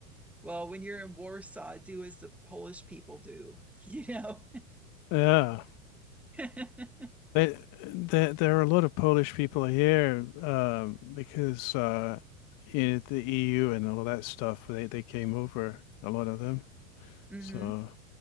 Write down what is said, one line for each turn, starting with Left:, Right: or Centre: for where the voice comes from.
Centre: well when you're in warsaw do as the polish people do <laughs> you know
Left: Yeah.
Centre: <laughs>
Left: They, there, there are a lot of Polish people here um, because uh, in the EU and all that stuff, they, they came over, a lot of them.
Centre: hmm
Left: So